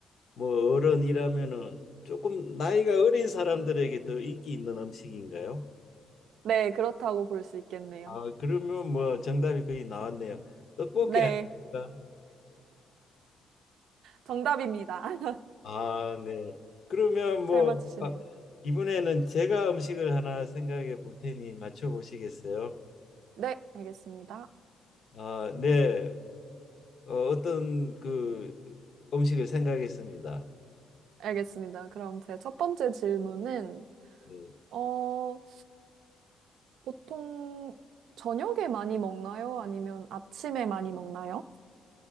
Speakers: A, on the left (about 55°); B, on the right (about 80°).
A: 뭐 어른이라면은 조금 나이가 어린 사람들에게 더 인기 있는 음식인가요?
B: 네, 그렇다고 볼 수 있겠네요.
A: 아, 그러면 뭐 정답이 거의 나왔네요. 떡볶이
B: 네,
A: 아닙니까?
B: 정답입니다. <laughs>
A: 아, 네. 그러면
B: 잘
A: 뭐
B: 맞추시네요.
A: 아, 이번에는 제가 음식을 하나 생각해 볼 테니 맞춰 보시겠어요?
B: 네, 알겠습니다.
A: 아, 네. 어, 어떤 그 음식을 생각했습니다.
B: 알겠습니다. 그럼 제 첫 번째 질문은,
A: 네.
B: 어, 보통 저녁에 많이 먹나요? 아니면 아침에 많이 먹나요?